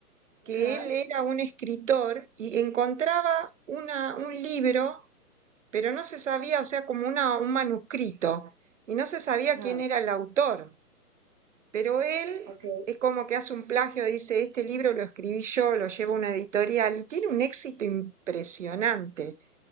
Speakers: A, on the right (about 55°); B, in the centre.
A: que
B: Ajá,
A: él era un escritor y encontraba una, un libro, pero no se sabía, o sea, como una, un manuscrito, y no se sabía
B: ajá.
A: quién era el autor. Pero él
B: Ok.
A: es como que hace un plagio, dice, este libro lo escribí yo, lo llevo a una editorial y tiene un éxito impresionante